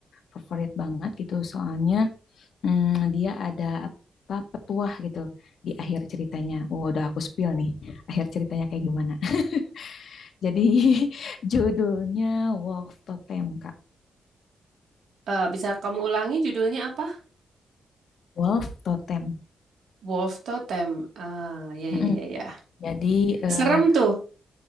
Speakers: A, on the left; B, on the right.
A: favorit banget gitu. Soalnya mm, dia ada apa petuah gitu di akhir ceritanya. Oh, udah aku spill nih. Akhir ceritanya kayak gimana. <laughs> Jadi <laughs> judulnya Wolf Totem, Kak.
B: Eh, bisa kamu ulangi judulnya apa?
A: Wolf Totem.
B: Wolf Totem. Ah, ya ya
A: Mm-mm.
B: ya ya.
A: Jadi eh,
B: Serem tuh.